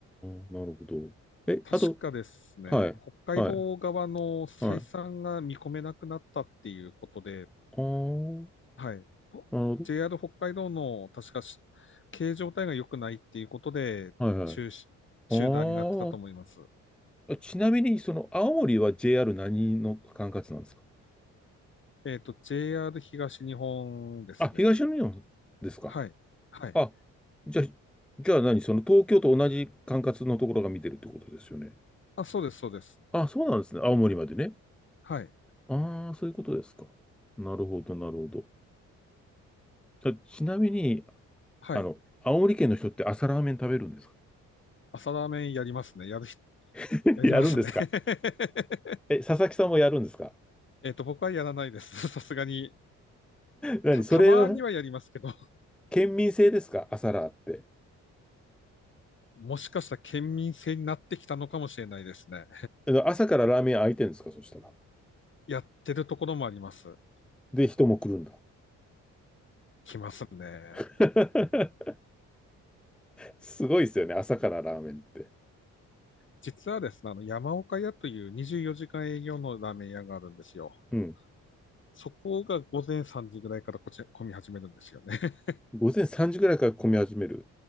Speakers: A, in the centre; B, on the left.
A: ん、なるほど。え、
B: 確かですね、
A: あと、はい、
B: 北海道側の採算が見込めなくなったっていうことで、
A: はい、はい。ああ、
B: はい。と
A: なるほど。
B: JR 北海道の確かし経営状態が良くないっていうことで中止、
A: はい、はい。
B: 中断になってたと思います。
A: ああ、ちなみに、その、青森は JR 何の管轄なんですか
B: えっと、JR 東日本ですね。
A: あ、東日本ですか
B: はい。はい。
A: あ、じゃあ、じゃあ何その東京と同じ管轄のところが見てるってことですよね。
B: あ、そうです、そうです。
A: あ、そうなんですね。青森までね。
B: はい。
A: ああ、そういうことですか。なるほど、なるほど。じゃあちなみに、
B: はい。
A: あの、青森県の人って朝ラーメン食べるんですか
B: 朝ラーメンやりますね。やる人、
A: <laughs>
B: やりますね。
A: やるんですか
B: <laughs>
A: え、佐々木さんもやるんですか
B: えっと、僕はやらないです。<laughs> さすがに。
A: 何それは、
B: た、たまにはやりますけど、
A: 県民性ですか朝ラーって。
B: <laughs> もしかしたら県民性になってきたのかもしれないですね。
A: あの朝からラーメン開いてるんですかそしたら。
B: やってるところもあります。
A: で、人も来るんだ。
B: 来ますね。
A: <laughs> すごいですよね、朝からラーメンって。
B: 実はですね、あの、山岡屋という24時間営業のラーメン屋があるんですよ。
A: うん。
B: そこが午前3時ぐらいからこちら、混み始めるんですよね。<laughs>
A: 午前3時ぐらいから混み始める。